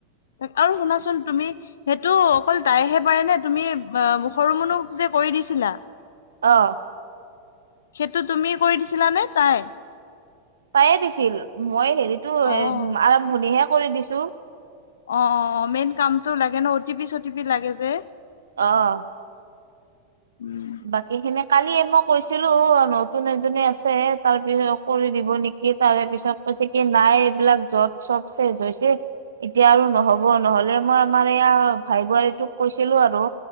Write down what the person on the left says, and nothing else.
ত আৰু শুনাচোন তুমি সেইটো অকল তাইহে পাৰে নে তুমি অ সৰু মুনুক যে। কৰি দিছিলা।
সেইটো তুমি কৰি দিছিলা নে তাই?
অ',
অ', অ', অ' মেইন কামটো লাগে ন অ' টি পি চটি পি লাগে যে।
উম,